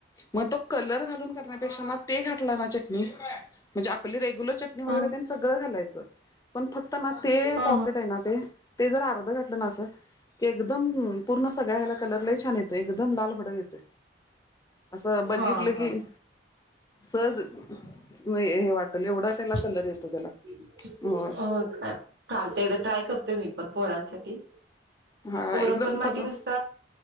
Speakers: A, on the left (about 20°); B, on the right (about 70°).
A: मग तो कलर घालून करण्यापेक्षा ना ते घाातला ना चटणी म्हणजे आपली रेग्युलर चट. वगैरे
B: हा
A: त्यांनी सगळं घालायचं पण फक्त ना ते
B: हा
A: पॉकेट आहे ना ते. ते जर अर्ध घटलं ना असं की एकदम पूर्ण सगळ्या ह्याला कलर. छान येते एकदम लाल फडक येते असं बघितलं
B: हा हा हा
A: की. सहज नाही हे वाटल एवढा. त्याला
B: हो
A: कलर येतो त्याला. होय.
B: काय. चालत एकदा ट्राय करतोय मी पण पोरांसाठी
A: हा
B: पोरं
A: एकदम
B: पण माझी
A: प
B: नुसत.